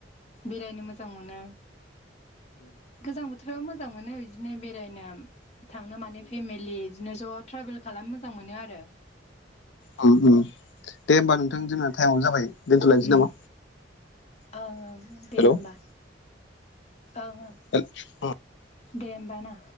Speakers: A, on the left; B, on the left.
A: बेरायनो मोजां मोनो। गोजां बोथोराव मोजां मोनो बिदिनो बेरायनो थांनो मानो फेमिलि बिदिनो ज' ट्रेभेल खालामनो मोजां मोनो आरो
B: दे होमबा नोंथां जोंना टाइमाबो जाबाय दोनथ'लायनोसै
A: ओं
B: नामा
A: ओं दे
B: हेल'
A: होमबा ओं ओं।
B: <inaudible>
A: दे होमबा ना।